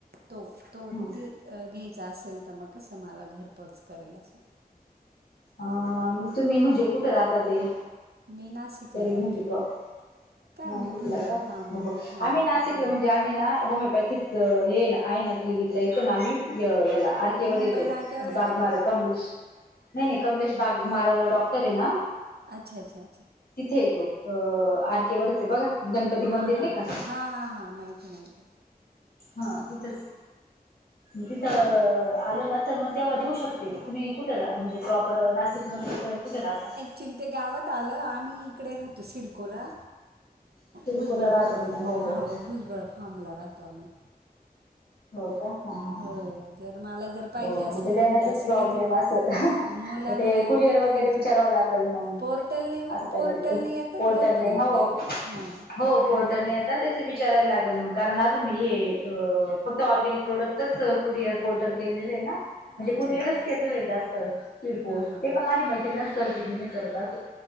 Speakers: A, on the right (about 80°); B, on the left (about 80°).
A: तो तो
B: हम्म
A: ती घ्यायचं असेल तर मग कसं मला घरपोच करायल असं
B: अ तुम्ही म्हणजे कुठे राहता ते?
A: मी नाशिकला
B: तरी
A: राहते.
B: म्हणजे प्रॉप
A: काय
B: नाशिकला
A: मी भुजबळ
B: का
A: फार्म
B: हो हो
A: हां
B: आम्ही नाशिकला
A: भुजबळ
B: म्हणजे आम्ही, नाशिक ला होमिओपॅथिक हे आहे ना क्लिनिकला येतो ना आम्ही याला आर
A: अ,
B: के वरर
A: मुंबई
B: येतो
A: नाक्यावर
B: बागमार
A: येतं का
B: कमलेश. नाही नाही कमलेश बागमार डॉक्टर आहे ना,
A: अच्छा! अच्छा!
B: तिंथे येतो अ आर केे वररच आहे बघा. गणपती मंदिर
A: हा हा
B: नाही का
A: हा हा हा माहिती आहे माहती आहे.
B: हा तिथंच तिथं आलो ना तर मग तेव्हा देऊ शकतील तुम्ही कुठं म्हणजे प्राप पर नाशिक मध्ये तर कुठे राहता.
A: चिल्ते गावात आलं आम्ही इकडे राहतो सिरकोला.
B: सिडकोला
A: भुजबळ
B: राहता
A: फार्म,
B: तुम्ही हो हो
A: हा
B: हो
A: भुजबळ फार्मला राहतो आम्ही.
B: हो का ह ह
A: हो जर मला जर पाहिजे
B: हो
A: असेल
B: मग ते देण्याचच
A: म्हणजे असे
B: प्रॉब्लेम
A: कधी
B: असेल.
A: मुलांना
B: मग ते
A: आहे
B: कुरिअर
A: ना
B: वगैरे
A: खायचे
B: विचारावं लागेल मग
A: पोर्टलने
B: असं
A: पोर्टलने
B: काहीतरी पण
A: येतात
B: पोर्टल
A: घरपर्यंत
B: नाही हो.
A: डायरेक्ट हां
B: हो पोर्टलने
A: येतात.
B: आता त्याच विचारायला लागेल मग कारण आज मी हे, अ फक्त ऑर्गॅनिक प्रोडक्टच कुरियार कोर्टल गेलेले आहे ना- म्हणजे
A: अच्छा
B: कुरिअरच
A: अच्छा
B: घेतलेले जास्त स्पीड पोस्ट
A: हां हां
B: ते
A: हां
B: पण माझी मैत्रिणच करते मी मी करत असं.